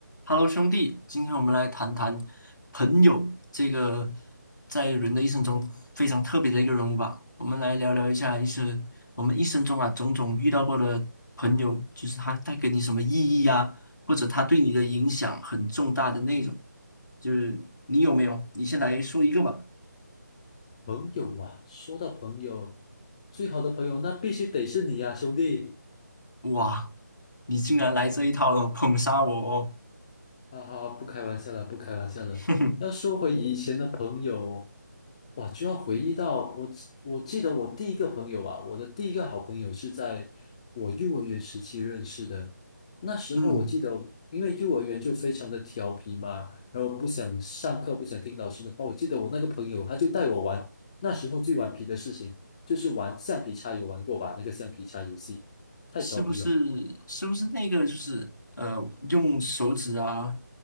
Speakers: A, on the left; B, on the left.
A: Hello，兄弟，今天我们来谈谈朋友这个在人的一生中非常特别的一个人物吧。我们来聊聊一下，一生我们一生中啊种种遇到过的朋友，就是他带给你什么意义啊，或者他对你的影响很重大的那种。就是你有没有？你先来说一个吧。
B: 朋友啊，说到朋友，最好的朋友那必须得是你呀、兄弟。
A: 哇，你竟然来这一套了，捧杀我哦！
B: 哈哈，不开玩笑了，不开玩笑了。
A: <laughs> 哼哼，
B: 要说回以前的朋友，哇，就要回忆到我，我记得我第一个朋友啊，我的第一个好朋友是在我幼儿园时期认识的。那时候我记得，
A: 嗯。
B: 因为幼儿园就非常的调皮嘛，然后不想上课，不想听老师的话。我记得我那个朋友，他就带我玩，那时候最顽皮的事情就是玩橡皮擦，有玩过吧？那个橡皮擦游戏太调皮了。
A: 是不是是不是那个就是呃，用手指啊